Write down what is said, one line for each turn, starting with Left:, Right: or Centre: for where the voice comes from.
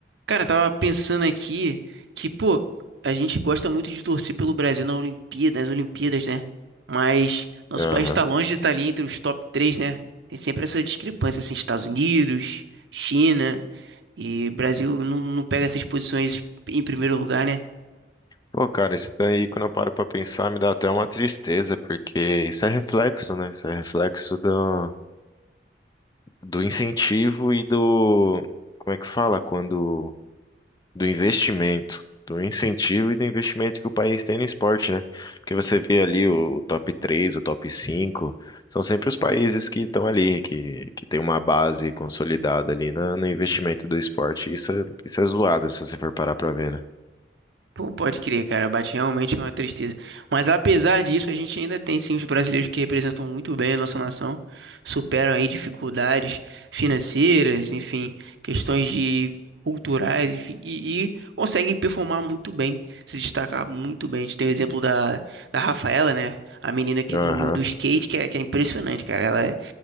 Right: Cara, eu tava pensando aqui que, pô, a gente gosta muito de torcer pelo Brasil na Olimpíada, nas Olimpíadas, né? Mas nosso
Left: Aham.
Right: país tá longe de estar ali entre os top 3, né? Tem sempre essa discrepância, assim, Estados Unidos, China e Brasil não, não pega essas posições em primeiro lugar, né?
Left: Pô, cara, isso daí, quando eu paro pra pensar, me dá até uma tristeza, porque isso é reflexo, né? Isso é reflexo do, do incentivo e do. Como é que fala? Quando. Do investimento. Do incentivo e do investimento que o país tem no esporte, né? Porque você vê ali o, o top 3 o top 5 são sempre os países que estão ali, que, que tem uma base consolidada ali na- no investimento do esporte. Isso é, isso é zoado, se você for parar pra ver, né?
Right: Pô, pode crer, cara, bate realmente uma tristeza. Mas apesar disso, a gente ainda tem sim os brasileiros que representam muito bem a nossa nação, superam aí dificuldades financeiras, enfim, questões de culturais, enfim, e, e conseguem performar muito bem, se destacar muito bem. A gente tem o exemplo da, da Rafaela, né? A menina aqui
Left: Aham.
Right: do, do skate, que é, que é impressionante, cara. Ela é-